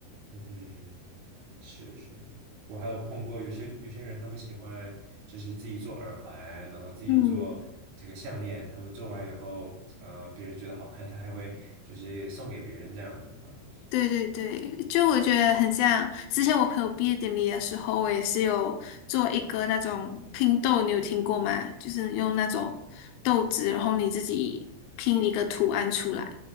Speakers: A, on the right; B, on the left.
A: 嗯，是是是，我还有碰过有些有些人，他们喜欢就是自己做耳环，然后自己做这个项链，
B: 嗯，
A: 他们做完以后，呃，别人觉得好看，他还会就是送给别人这样的啊。
B: 对对对，就我觉得很像之前我朋友毕业典礼的时候，我也是有做一个那种拼豆，你有听过吗？就是用那种豆子，然后你自己拼一个图案出来。